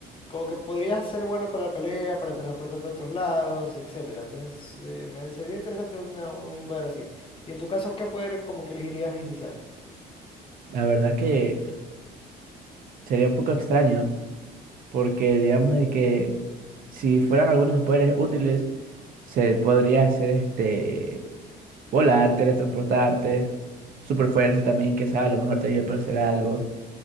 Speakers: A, on the left; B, on the right.
A: como que podría ser bueno para la pelea, para transportarte a otros lados, etcétera. Entonces, eh, me sería interesante una- un poder así. Y en tu caso, ¿qué poder como que elegirías inicial?
B: La verdad que sería un poco extraño, porque digamos de que si fueran algunos poderes útiles, se podría hacer este volar, teletransportarte, superfuerza también, que sabe, a lo mejor te ayuda para hacer algo,